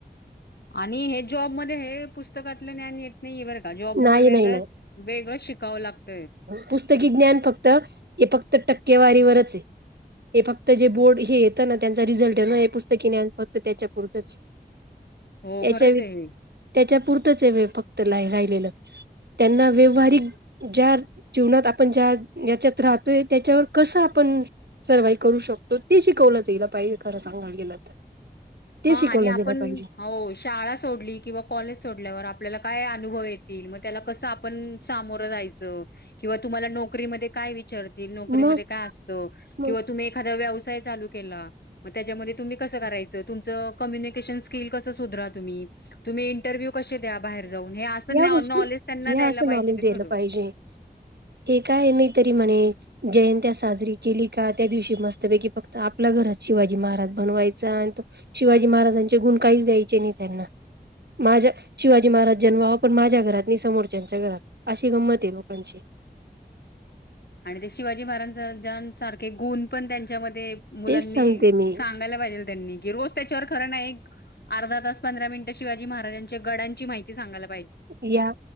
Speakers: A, on the left (about 75°); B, on the right (about 80°).
A: आणि हे जॉब मध्ये हे पुस्तकातलं ज्ञान येत नाही बर का. जॉबमध्येध्ये
B: नाही नाही
A: वेगळ
B: नाही
A: वेळच शिकावं लागत.
B: पुस्तकी ज्ञान फक्त हे फक्त टक्केवारीवरच आहे. हे फक्त जे बोर्ड हे येतं ना त्यांचा रिझल्ट आहे, ना हे पुस्तकीने ज्ञान फक्त त्याच्यापुरतच.
A: हो
B: याच्या
A: खरंच आहे हे
B: त्याच्या पुरतच लाईफ फक्त राहिलेलं त्यांना व्यवहारिक ज्या जीवनात आपण ज्या याच्यात राहतोय, त्याच्यावर कसं आपण सर्वाइ करू शकतो, ते शिकवलं पाहिजे खरं सांगयला गेलं तर ते
A: हा
B: शिकवलं
A: आणि आपण
B: गेलं पाहिजे
A: हो शाळा सोडली किंवा कॉलेज सोडल्यावर आपल्याला काय अनुभव येतील मग त्या कस आपण सामोर जायच किंवा तुम्हाला नोकरी मध्ये काही काय विचारतील नोकरीमध्ये
B: मग
A: काय असतं
B: मग
A: किंवा तुम्ही एखादा व्यवसाय चालू केला मग, त्याच्या मध्ये तुम्ही कसं करायचं? तुमचं कम्युनिकेशन स्किल कसं सुधारावा तुम्ही, तुम्ही इंटरव्हियू कशे द्या बाहेर जाऊन, हे अस
B: या गोष्टी
A: नॉलेज त्यांना
B: या
A: द्यायला
B: असं
A: पाहिजेत
B: नॉलेज द्यायला
A: खरं
B: पाहिजे हे काय नाही तरी म्हने जयंती साजरी केली का? त्या दिवशी मस्तपैकी फक्त आपल्या घरात शिवाजी महाराज बनवायचा आणि शिवाजी महाराजांचे गुण काहीच द्यायचे नाही त्यांना, माझ्या शिवाजी महाराज जन्मावा पण माझ घरात नई, समोरच्या घरात अशी गंमत आहे लोकांची
A: आणि ते शिवाजी महाराजां सारखे गुण पण त्यांच्यामध्ये ते मुलांनी
B: तेच सांगते मी.
A: सांगायला पाहिजे त्यांनी कि रोज त्याच्यावर खरंना एक अर्धा तास पंधरा मिनिट शिवाजी महाराजांच्या गडांची माहिती सांगायाला
B: या